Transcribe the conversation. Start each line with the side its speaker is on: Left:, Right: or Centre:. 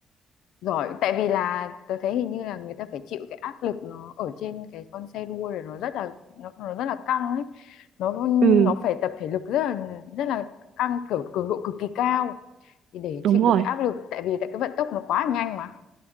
Left: Giỏi, tại vì là tôi thấy hình như là người ta phải chịu cái áp lực nó ở trên cái con xe đua rồi nó rất là nó, nó rất là căng ấy. Nó
Right: ừ
Left: nó phải tập thể lực rất là rất là căng kiểu cường độ cực kỳ cao. thì để
Right: đúng
Left: chịu
Right: rồi
Left: được cái áp lực tại vì tại cái vận tốc nó quá nhanh mà